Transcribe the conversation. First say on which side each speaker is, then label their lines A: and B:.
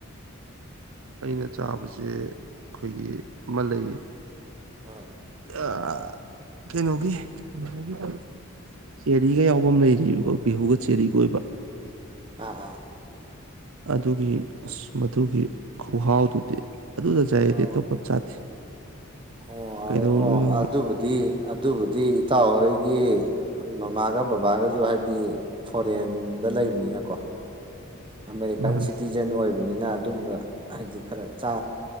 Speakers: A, on the right; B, on the right.
A: ꯑꯩꯅ ꯆꯥꯕꯖ‌ꯦ ꯑꯩꯈꯣꯏꯒꯤ ꯑꯃ ꯂꯩꯌꯦ
B: ꯑ
A: ꯑ ꯀꯩꯅꯣꯒꯤ <unintelligible> ꯆꯦꯔꯤꯒ ꯌꯥꯎꯕ ꯑꯃ ꯂꯩꯔꯤꯕꯀꯣ ꯒꯦꯍꯨꯒ ꯆꯦꯔꯤꯒ ꯑꯣꯏꯕ
B: ꯑꯥ ꯑꯥ
A: ꯑꯗꯨꯒꯤ ꯑꯁ ꯃꯗꯨꯒꯤ ꯈꯨꯍꯥꯎꯗꯨꯗꯤ ꯑꯗꯨꯗ ꯆꯥꯏ ꯑꯩꯗꯤ
B: ꯑꯣ
A: ꯑꯇꯣꯞꯄꯝ ꯆꯥꯗꯦ
B: ꯑꯣ
A: ꯀꯩꯗꯧꯔꯨꯗꯣꯏꯅꯣꯅ
B: ꯑꯗ‌ꯣ ꯑꯣ ꯑꯗꯨꯕꯨꯗꯤ ꯑꯗꯨꯕꯨꯗꯤ ꯍꯇꯥꯎ ꯍꯣꯏꯒꯤ ꯃꯃꯥꯒ ꯕꯕꯥꯒꯖꯨ ꯍꯥꯏꯗꯤ ꯐꯣꯔꯦꯟꯗ ꯂꯩꯕꯅꯤꯅꯀꯣ ꯑꯃꯦꯔꯤꯀꯥꯟ
A: ꯃꯥꯅꯦ
B: ꯁꯤꯇꯤꯖꯦꯟ ꯑꯣꯏꯕꯅꯤꯅ ꯑꯗꯨꯝꯕ ꯍꯥꯏꯗꯤ ꯈꯔ ꯆꯥ